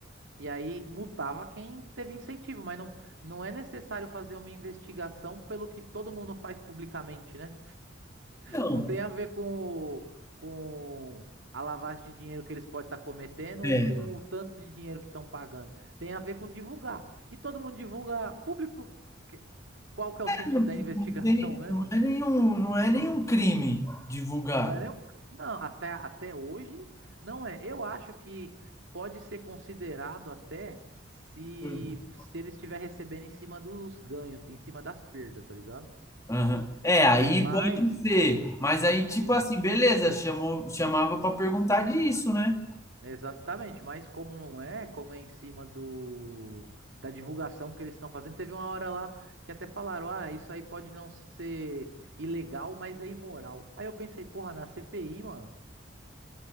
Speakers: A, on the right; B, on the left.
A: E aí multava quem teve incentivo, mas não, não é necessário fazer uma investigação pelo que todo mundo faz publicamente, né?
B: Então,
A: Não tem a ver com, o- com a lavagem de dinheiro que eles podem estar cometendo
B: é.
A: ou com o tanto de dinheiro que estão pagando. Tem a ver com divulgar. E todo mundo divulga público. Que- Qual que é o sentido
B: Não
A: da investigação,
B: não tem-
A: né,
B: não
A: mano?
B: é nenhum, não é nenhum crime divulgar.
A: Não é nem o ca- Não, até, até hoje não é. Eu acho que pode ser considerado até se,
B: Hum.
A: se ele estiver recebendo em cima dos ganhos, em cima das perdas, tá ligado?
B: Aham. É, aí
A: Mas,
B: pode ser. Mas aí, tipo
A: é,
B: assim, beleza, chamou, chamava para perguntar disso, né?
A: exatamente. Mas como não é, como é em cima do, da divulgação que eles estão fazendo, teve uma hora lá que até falaram, ah, isso aí pode não ser ilegal, mas é imoral. Aí eu pensei, porra, na CPI, mano.